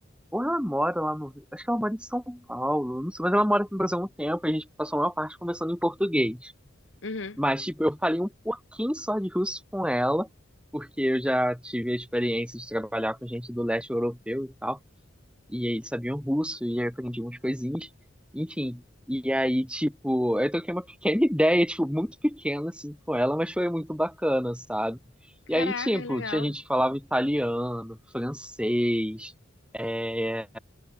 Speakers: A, in the centre; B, on the left.
A: Ou ela mora lá no Rio. Acho que ela mora em São Paulo. Não sei, mas ela mora aqui no Brasil há um tempo. e A gente passou a maior parte conversando em português.
B: Uhum.
A: Mas, tipo, eu falei um pouquinho só de russo com ela, porque eu já tive a experiência de trabalhar com gente do leste europeu e tal, e aí eles sabiam russo, e aí eu aprendi umas coisinhas, enfim. E aí, tipo, eu troquei uma pequena <laughs> ideia, tipo, muito pequena, assim, com ela, mas foi muito bacana, sabe? E
B: Caraca,
A: aí, tipo,
B: que legal.
A: tinha gente que falava italiano, francês, é...